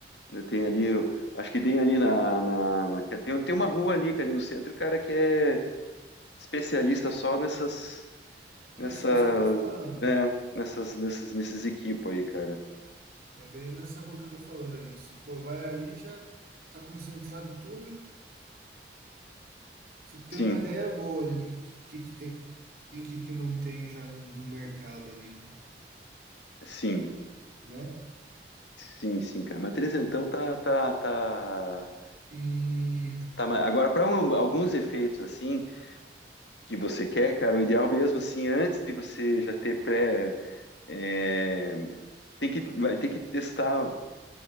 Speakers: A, on the left (about 85°); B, on the right (about 55°).
A: Tem ali, eu acho que tem ali na, na, na- que tem, tem uma rua ali, que é ali no centro, cara, que é especialista só nessas, nessas,
B: É isso, é isso que eu tô falando.
A: é, nessas, nessas, nesses equipos aí, cara.
B: É bem nessa rua que eu tô falando ali, que se for, vai ali já tá concentrado tudo. Você tem
A: Sim,
B: uma ideia boa ali do que, que, que tem e o que, que não tem já no, no mercado ali, né?
A: sim,
B: né?
A: sim, sim, cara. Mas trezentão tá, tá, tá.
B: E
A: Tá, mas agora para alguns efeitos assim que você quer, cara, o ideal mesmo assim, antes de você já ter pré, é, tem que vai ter que testar.